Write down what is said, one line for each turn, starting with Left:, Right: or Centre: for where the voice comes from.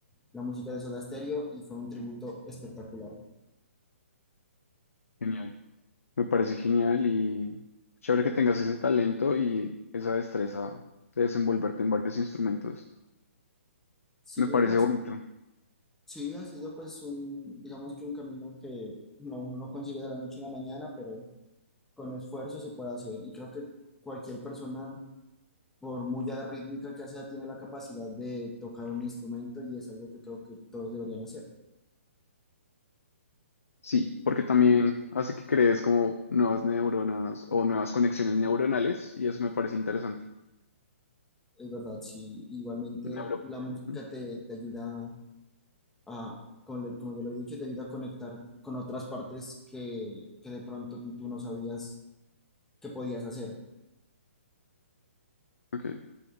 Centre: la música de Soda Stereo y fue un tributo espectacular.
Left: Genial. Me parece genial y chévere que tengas ese talento y esa destreza de desenvolverte en varios instrumentos.
Centre: Sí,
Left: Me parece
Centre: pues
Left: bonito.
Centre: sí, ha sido pues un, digamos que un camino que no, uno no consigue de la noche a la mañana, pero con esfuerzo se puede hacer y creo que cualquier persona, por muy rítmica que sea, tiene la capacidad de tocar un instrumento y es algo que creo que todos deberían hacer.
Left: Sí, porque también hace que crees como nuevas neuronas o nuevas conexiones neuronales y eso me parece interesante.
Centre: Es verdad, sí. Igualmente
Left: Neuro.
Centre: la música
Left: Ujú.
Centre: te, te ayuda a, como, le- como ya lo he dicho, te ayuda a conectar con otras partes que, que de pronto tú no sabías que podías hacer.
Left: Ok.